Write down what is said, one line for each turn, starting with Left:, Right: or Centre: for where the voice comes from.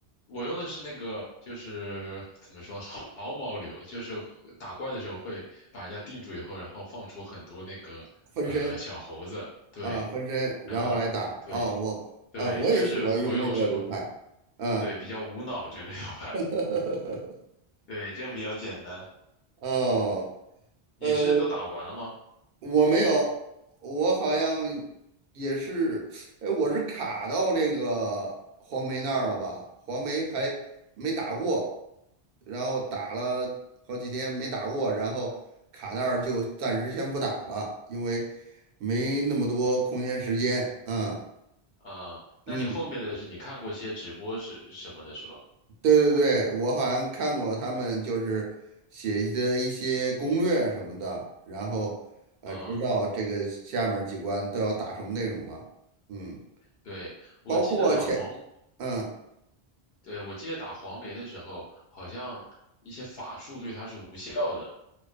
Left: 我用的是那个，就是怎么说，毫毛流，就是打怪的时候会把人家定住以后，然后放出很多那个呃小猴子。
Right: 分身
Left: 对，
Right: 啊，分身，然后来打哦，
Left: 然后。对，
Right: 我啊，
Left: 对，
Right: 我也喜欢用那个流派，
Left: 就是不用什么，
Right: 嗯，
Left: 对，比较无脑这个流派，
Right: <laughs>
Left: <laughs> 对，这样比较简单。
Right: 哦，
Left: 你是都打完了吗？
Right: 呃，我没有，我好像也是，哎，我是卡到这个黄梅那儿了吧？黄梅还没打过，然后打了好几天没打过，然后卡那儿就暂时先不打了，因为没那么多空闲时间，嗯。
Left: 啊、
Right: 嗯，
Left: 那你后面的是你看过些直播是什么的，是吧？
Right: 对对对，我好像看过他们就是写的一些攻略什么的，然后呃，
Left: 嗯，
Right: 知道这个下面儿几关都要打什么内容了。嗯，
Left: 对，我记得打黄，
Right: 包括前，嗯，
Left: 对，我记得打黄梅的时候，好像一些法术对他是无效的，